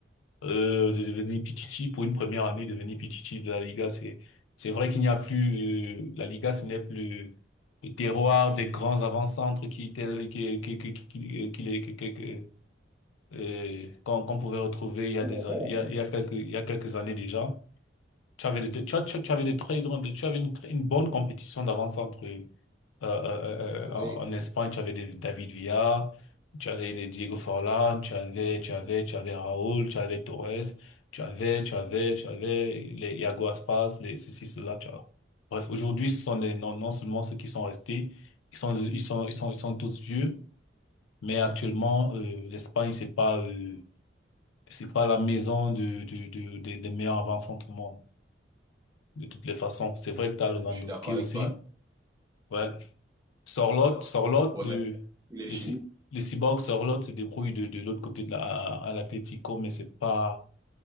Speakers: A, on the left; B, on the right.
A: euh, de devenir Pichichi pour une première année, devenir Pichichi de la Liga, c'est c'est vrai qu'il n'y a plus euh, la Liga, ce n'est plus le terroir des grands avant-centres qui étaient qui qui qui qui, qui, qui- qui- qui- qui- euh, qu'on qu'on pouvait retrouver il y a
B: Oui,
A: des an- il y a, il y a quelques il y a quelques années déjà. Tu avais des, tu, as- tu, tu avais des très grandes, tu avais une, une bonne compétition d'avant-centre euh, euh, euh,
B: oui,
A: euh, en en Espagne, tu avais des David Villa, tu avais les Diego Forlan, tu avais, tu avais, tu avais Raúl, tu avais Torres, tu avais, tu avais, tu avais les Iago Aspas, les ceci, cela, tu vois. Bref, aujourd'hui, ce sont des, non, non seulement ceux qui sont restés, ils sont, ils sont, ils sont, ils sont tous vieux, mais actuellement, euh, l'Espagne, c'est pas, euh, c'est pas la maison de, de, de, de- des meilleurs avant-centre au monde, de toutes les façons. C'est vrai que t'as Lewandowski
B: je suis d'accord
A: aussi.
B: avec toi.
A: Ouais, Sur l'autre,
B: Ouais,
A: le,
B: mais il est
A: les,
B: fini,
A: cy- les cyborgs sur se débrouille de, de l'autre côté de la, à, à l'Atlético, mais c'est pas,